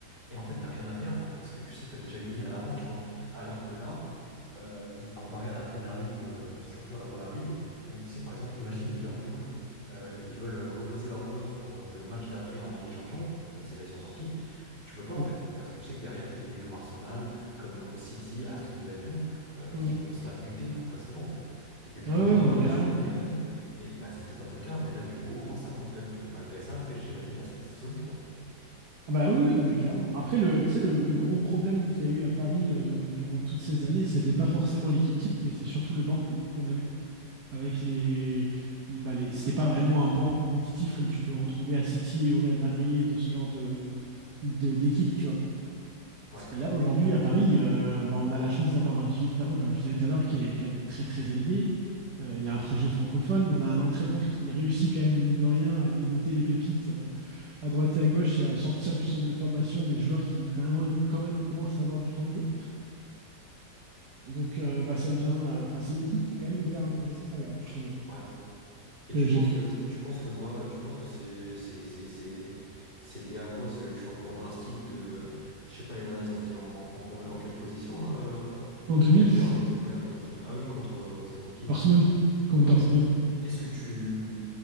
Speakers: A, on the right (about 30°); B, on the right (about 70°).
A: et en fait t'as rien à perdre parce que tu sais que t'as déjà gagné à l'avance tu vois alors que là euh, qui comparait à la première ligue euh, surtout à la première ligue où il disait par exemple imagine Liverpool euh, ils veulent euh, reposer leurs joueurs pour euh, le match d'après en Ligue des Champions même si là ils sont sortis tu peux pas en
B: Mm.
A: fait, parce que tu sais que derrière, t'as des mecs comme Arsenal, comme City, Aston Villa et tout, euh,
B: Mm.
A: qui vont se la buter pour passer devant en fait. Et que du
B: Ah
A: coup
B: ouais,
A: les gens
B: ouais, non,
A: râlaient
B: mais carrément.
A: sur la Ligue 1 et tout, et bah c'est peut-être un peu le cas, mais là du coup au moins ça montre quand même que malgré ça, le PSG, vas-y, bah, ça- c'est solide quoi.
B: Ah bah oui, oui, non, mais carrément. Après, le, tu sais, le, le gros problème qu'il y a eu à Paris euh, durant toutes ces années, c'était pas forcément l'équipe type, mais c'est surtout le banc qu'on avait. Avec les. Bah les c'était pas vraiment un banc compétitif comme tu peux retrouver à City et au Real Madrid, ce genre de, de- d'équipe, tu vois.
A: Ouais,
B: Là, aujourd'hui, à Paris, euh, bah, on a la chance d'avoir un vivier de talent, comme je disais tout à l'heure, qui est quand même très, très élevé. Euh, Il y a un projet francophone. On a un entraîneur qui réussit quand même, mine de rien, à dégoter les pépites euh, à droite et à gauche et à sortir du centre de formation des joueurs qui quand même, quand même commencent à avoir du temps de jeu. Donc euh, bah, ça devient, enfin euh, enfin, c'est une équipe qui est quand même hyper intéressante à regarder. Je trouve
A: ouais. Et
B: PSG
A: tu penses que tu penses que quoi? Tu penses que c'est c'est c'est c'est c'est lié à quoi ce changement drastique de je sais pas les derniers ils ont fini en en, combien- en quelle position euh,
B: en demi,
A: le PSG en Ligue de... ouais ils ont fini ah oui contre euh, c'était contre qui?
B: Dortmund
A: Contre
B: contre
A: Dortmund.
B: Dortmund.
A: Qu'est-ce que tu